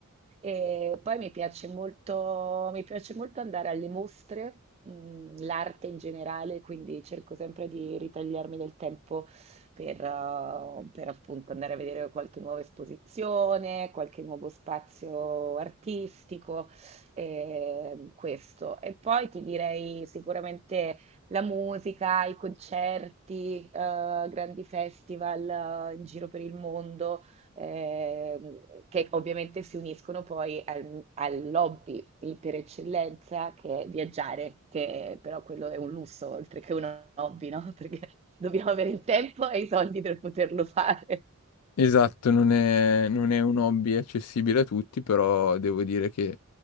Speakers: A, on the right (about 30°); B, on the left (about 80°).
A: E poi mi piace molto, mi piace molto andare alle mostre, mh, l'arte in generale, quindi cerco sempre di ritagliarmi del tempo per, eh, per appunto andare a vedere qualche nuova esposizione, qualche nuovo spazio artistico, ehm, questo. E poi ti direi sicuramente la musica, i concerti, eh, grandi festival, eh, in giro per il mondo ehm, che ovviamente si uniscono poi al, al lobby di- per eccellenza che è viaggiare, che però quello è un lusso oltre che un hobby, no? <laughs> Perché dobbiamo avere il tempo e i soldi per poterlo fare.
B: Esatto, non è, non è un hobby accessibile a tutti, però devo dire che